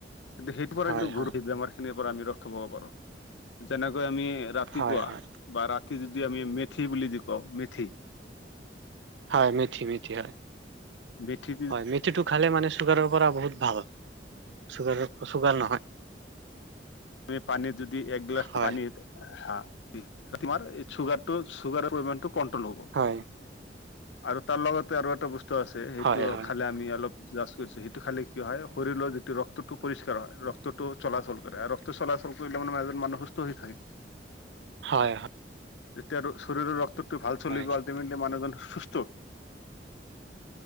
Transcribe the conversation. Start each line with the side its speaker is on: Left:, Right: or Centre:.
Left: কিন্তু সেইটো পৰা
Right: হয়
Left: <unintelligible>
Right: হয়
Left: আমাৰ সিখিনিৰ পৰা আমি ৰক্ষা পাব পাৰো, যেনেকৈ আমি ৰাতিপুৱা
Right: হয় হয়
Left: বা ৰাতি যদি আমি মেথি বুলি যে কওঁ মেথি
Right: হয় মেথি, মেথি হয়।
Left: বেঠি দি
Right: হয়, মেথিটো খালে মানে চুগাৰৰ পৰা বহুত ভাল। চুগাৰৰ পৰা চুগাৰ নহয়।
Left: তুমি পানীত যদি এক গ্লাছ
Right: হয়
Left: পানীত হা, তোমাৰ এই চুগাৰটো চুগাৰৰ পৰিমাণটো কণ্ট্ৰল হ'ব,
Right: হয়।
Left: আৰু তাৰ লগতে আৰু এটা বস্তু আছে সেইটো
Right: হয় হয়
Left: খালে আমি অলপ জাষ্ট কৈছোঁ, সেইটো খালি কি হয় শৰীৰৰ যিটো ৰক্তটো পৰিষ্কাৰ হয়, ৰক্তটো চলাচল কৰে আৰু ৰক্ত চলাচল কৰিলে মানে এজন মানুহ সুস্থ হৈ থাকে।
Right: হয়, হয়।
Left: যেতিয়া আৰু শৰীৰৰ ৰক্তটো ভাল চলিব
Right: হয়
Left: আলটিমেটলি মানুহজন সুস্থ।
Right: <inaudible>